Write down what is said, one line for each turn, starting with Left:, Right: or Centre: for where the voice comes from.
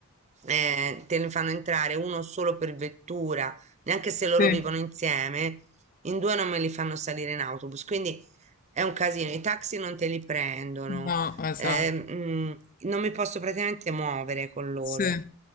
Right: eh, te ne fanno entrare uno solo per vettura neanche se loro
Left: sì,
Right: vivono insieme, in due non me li fanno salire in autobus, quindi è un casino. I taxi non te li prendono,
Left: no, esatto,
Right: ehm, mm, non mi posso praticamente muovere con loro.
Left: sì.